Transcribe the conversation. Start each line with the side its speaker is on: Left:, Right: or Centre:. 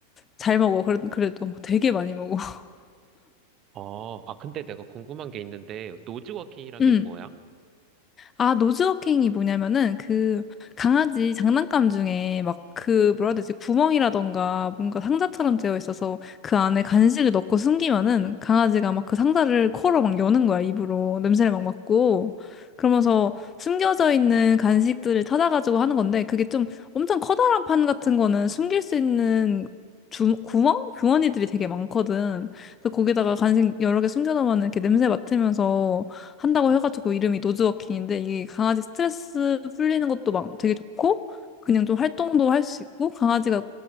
Left: 잘 먹어. 그래, 그래도 되게 많이 먹어. <laughs>
Right: 어, 아, 근데 내가 궁금한 게 있는데, 노즈워킹이란
Left: 응.
Right: 게 뭐야?
Left: 아, 노즈워킹이 뭐냐면은 그 강아지 장난감 중에 막 그 뭐라 해야 되지? 구멍이라던가 뭔가 상자처럼 되어 있어서 그 안에 간식을 넣고 숨기면은 강아지가 막 그 상자를 코로 막 여는 거야, 입으로. 냄새를 막 맡고. 그러면서 숨겨져 있는 간식들을 찾아가지고 하는 건데 그게 좀 엄청 커다란 판 같은 거는 숨길 수 있는 주, 구멍? 주머니들이 되게 많거든. 그래서 거기다가 간식 여러 개 숨겨놓으면 이렇게 냄새 맡으면서 한다고 해가지고 이름이 노즈워킹인데 이게 강아지 스트레스 풀리는 것도 막 되게 좋고 그냥 좀 활동도 할 수 있고 강아지가